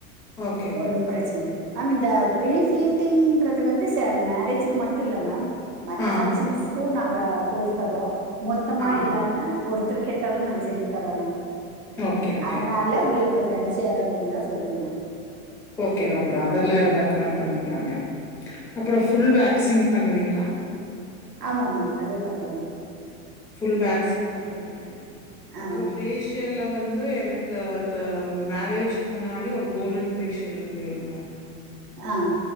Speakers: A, in the centre; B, on the right.
A: ஓகேங்க.
B: ஒண்ணு பிரச்சன மேம் இந்த பிரீ ஃப்ளீட் டிங்றது வந்து ச மேரேஜூக்கு மட்டு இல்ல மேம் மத்த
A: ஆ,
B: ஃபங்க்ஷன்ஸ் க்கு நாங்க போட்டு தரோ மொத்தமா
A: ஆ.
B: இல்லாம ஒரு எத்தன கேட்டாலு நாங்க செஞ்சு தரோம் மேம்
A: ஓகே, ஓகே.
B: அதனா ல உங்களுக்கு ப்ரெண்ட்ஸ் யாராவது இருந்தா சொல்லுங்கம்மா
A: ஓகே நோ ப்ரா அதெல்லா ரெக்கமெண்ட் பண்ணிக்கலாங்க அப்புற ஃபுல் வேக்சிங் பண்ணுவீங்ளா
B: ஆமாங்க ஆமா அது பண்றோம்மா
A: ஃபுல் வேக்சிங் பண்றீங்க அப்புற
B: ஆமா
A: ஃபேஷ்
B: மேம்
A: ஷியல்ல வந்து எனக்கு அந்த மேரேஜ்க்கு முன்னாடி ஒரு கோல்டன் ஃபேஷியல் வேணுங்க
B: ஆ